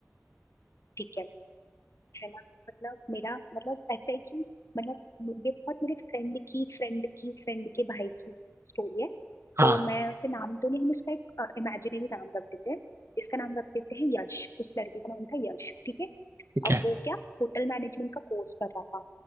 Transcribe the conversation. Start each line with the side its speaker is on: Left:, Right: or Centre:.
Left: ठीक है है ना मतलब मेरा मतलब ऐसा है कि मतलब ये बहुत मेरे फ्रेंड की फ्रेंड की फ्रेंड के भाई की स्टोरी है
Right: हाँ
Left: तो मैं वैसे नाम तो नहीं हम इसका एक इमेजिनरी नाम रख देते हैं इसका नाम रख देते हैं यश उस लड़की का नाम था यश ठीक है
Right: ठीक
Left: अब
Right: है
Left: वो क्या होटल मैनेजमेंट का कोर्स कर रहा था